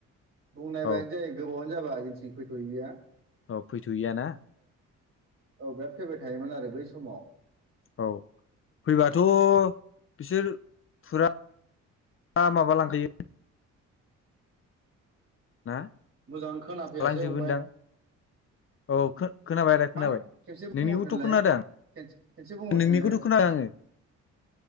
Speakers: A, on the right; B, on the left.
A: बुंनाय
B: औ
A: बादि जायो गोबावानो जाबाय जोंनिथिं फैथ'यिया
B: अ फैथ'यैया ना
A: औ बिराद फैबाय थायोमोन आरो बै समाव
B: औ फैबाथ' बिसोर फुरा मा माबा लांखायो ना
A: मोजां खोनाफैयासै
B: जालांजोबोनदां
A: फंबाय
B: औ खोनाबाय आदा खोनाबाय
A: मा खेबसे बुंहरफिनलाय
B: नोंनि खौथु खोनादों आं
A: खेनसे बुंहरफिनलाय
B: नोंनिखौथ' खोनादों आङो